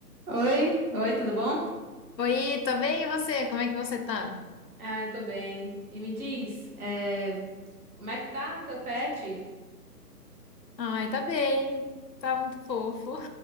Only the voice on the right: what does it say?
Oi, oi, tudo bom?
Ah, eu tô bem. E me diz, eh, como é que tá o teu pet?